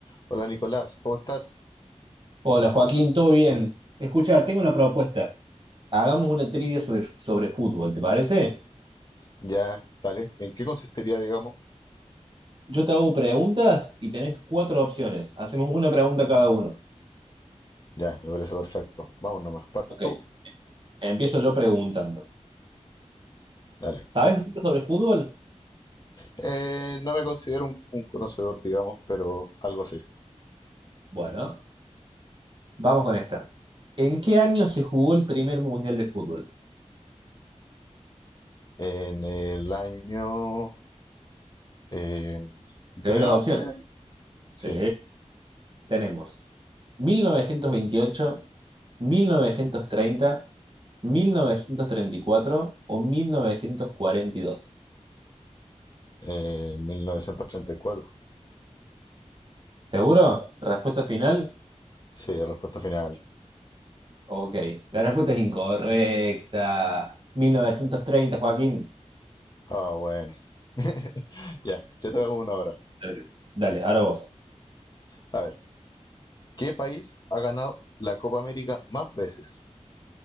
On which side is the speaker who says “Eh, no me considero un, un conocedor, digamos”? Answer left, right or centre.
Left